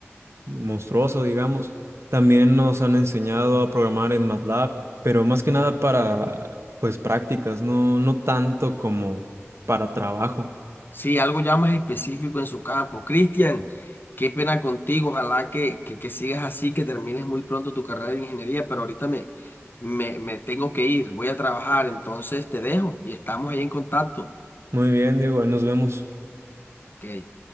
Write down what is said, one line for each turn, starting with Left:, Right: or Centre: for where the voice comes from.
Right: monstruoso, digamos. También nos han enseñado a programar en MATLAB, pero más que nada para pues prácticas, no no tanto como para trabajo.
Left: Sí, algo ya más específico en su campo. Cristian, qué pena contigo. Ojalá que, que, que sigas así, que termines muy pronto tu carrera de ingeniería, pero ahorita me, me, me tengo que ir, voy a trabajar, entonces te dejo y estamos ahí en contacto.
Right: Muy bien, Diego, ahí nos vemos.
Left: Ok.